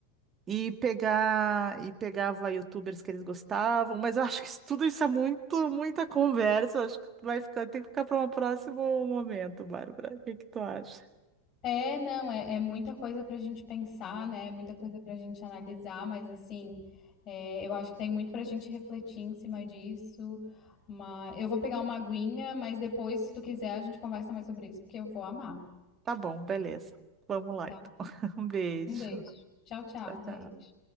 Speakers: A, on the right (about 25°); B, on the left (about 30°).
A: e pegar e pegava youtubers que eles gostavam, mas eu acho que isso, tudo isso é muito, muita conversa, acho que vai ficar, tem que ficar para um próximo momento, Bárbara. O que que tu acha?
B: É, não, é, é muita coisa para a gente pensar, né? É Muita coisa para a gente analisar, mas assim, é, eu acho que tem muito para a gente refletir em cima disso. Mas eu vou pegar uma aguinha, mas depois, se tu quiser, a gente conversa mais sobre isso, porque eu vou amar,
A: Tá bom, beleza. Vamos lá
B: tá?
A: então. <laughs> Um beijo.
B: Um beijo. Tchau, tchau,
A: Tchau, tchau.
B: beijo.